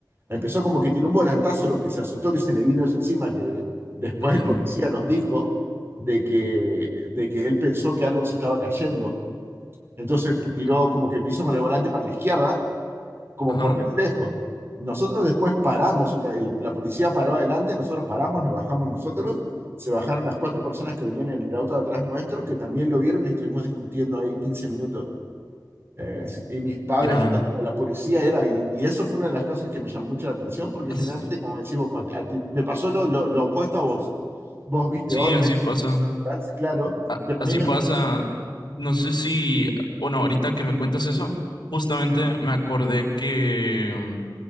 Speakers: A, on the right; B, on the left.
A: Empezó como que tiró un volantazo, lo que se asustó que se le vino eso encima, que después
B: entiendo.
A: el policía nos dijo de que, de que él pensó que algo se estaba cayendo. Entonces pues, tiró
B: A-
A: como que pisó con el volante para la izquierda como
B: Ajá,
A: por reflejo. Nosotros después paramos, un ca- el- la policía paró adelante, nosotros paramos, nos bajamos nosotros, se bajaron las cuatro personas que venían en el auto de atrás nuestro, que también lo vieron y estuvimos discutiendo ahí 15 minutos. Eh, y mis padres
B: ya.
A: hablando con la policía era, y, y eso fue una de las cosas que me llamó mucho la atención, porque
B: Así.
A: generalmente, como decimos, cuando a ti- me pasó lo, lo, lo opuesto a vos. Vos viste
B: Sí,
A: órdenes,
B: así pasa.
A: claro,
B: A-
A: pero
B: así
A: a mí me
B: pasa.
A: pasó,
B: No sé si, bueno, ahorita que me cuentas eso, justamente me acordé que mm,